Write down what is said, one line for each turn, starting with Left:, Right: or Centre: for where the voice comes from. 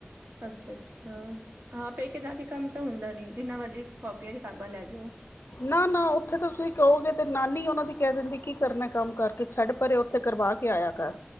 Right: ਅੱਛਾ-ਅੱਛਾ ਹਾਂ ਪੇਕੇ ਜਾ ਕੇ ਕੰਮ ਤਾਂ ਹੁੰਦਾ ਨੀ ਜਿੰਨਾ ਮਰਜ਼ੀ ਕਾਪੀਆਂ ਕਿਤਾਬਾਂ ਲੈ ਜੋ।
Left: ਨਾ-ਨਾ ਉੱਥੇ ਤਾਂ ਤੁਸੀਂ ਕਹੋਗੇ ਤੇ ਨਾਨੀ ਉਹਨਾਂ ਦੀ ਕਹਿ ਦਿੰਦੀ ਕੀ ਕਰਨਾ ਕੰਮ ਕਰਕੇ। ਛੱਡ ਪਰੇ ਉੱਥੇ ਕਰਵਾ ਕੇ ਆਇਆ ਕਰ।